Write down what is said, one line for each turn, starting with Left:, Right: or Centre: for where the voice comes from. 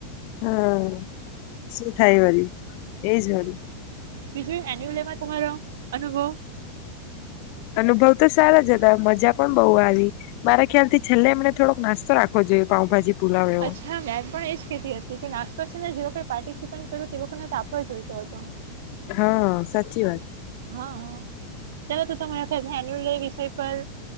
Left: હા, શું થાય વરી એ જ વળી
Right: વિશે એન્યુલ ડે માં તમારો અનુભવ
Left: અનુભવ તો સારા જ હતા મજા પણ બહુ આવી. મારા ખ્યાલ થી છેલ્લે એમને થોડોક નાસ્તો રાખવો જોઈએ પાઉભાજી પુલાવ એવો.
Right: અચ્છા મે પણ એજ કેતી હતી કે નાસ્ તો છે ને જે લોકોએ પાર્ટીસિપેંટ કર્યુ તે લોકોને તો આપવો જોઈતો હતો.
Left: હા સાચી વાત.
Right: હા હ ચાલો તો તમારા સાહેબના એનુઅલ ડે વિષય પર